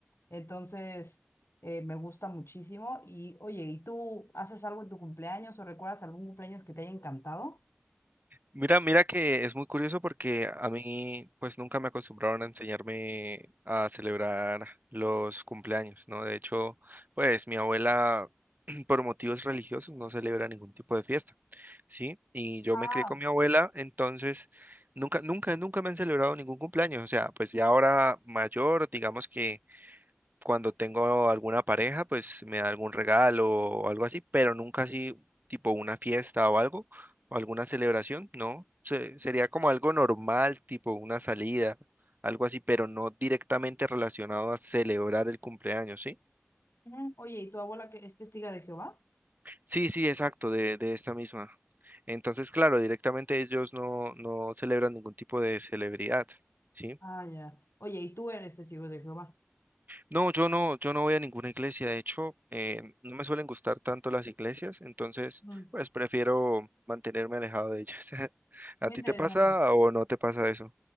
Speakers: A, on the left (about 75°); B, on the right (about 45°).
A: Entonces, eh, me gusta muchísimo. Y oye, ¿y tú haces algo en tu cumpleaños o recuerdas algún cumpleaños que te haya encantado?
B: Mira, mira que es muy curioso porque a mí pues nunca me acostumbraron a enseñarme a celebrar los cumpleaños, ¿no? De hecho, pues mi abuela <clears throat> por motivos religiosos no celebra ningún tipo de fiesta, ¿sí? Y yo
A: Ah,
B: me crié con mi abuela, entonces nunca, nunca, nunca me han celebrado ningún cumpleaños. O sea, pues ya ahora mayor, digamos que cuando tengo alguna pareja, pues me da algún regalo o algo así, pero nunca así tipo una fiesta o algo, o alguna celebración, no. Se- sería como algo normal, tipo una salida, algo así, pero no directamente relacionado a celebrar el cumpleaños, ¿sí?
A: Ujú. Oye, ¿y tu abuela que es testiga de Jehová?
B: Sí, sí, exacto, de, de esta misma. Entonces, claro, directamente ellos no, no celebran ningún tipo de celebridad, ¿sí?
A: Ah, ya. Oye, ¿y tú eres testigo de Jehová?
B: No, yo no, yo no voy a ninguna iglesia. De hecho, eh, no me suelen gustar tanto las iglesias, entonces,
A: mm,
B: pues prefiero mantenerme alejado de ellas. <laughs>
A: muy
B: ¿A ti
A: interesante.
B: te pasa o no te pasa eso?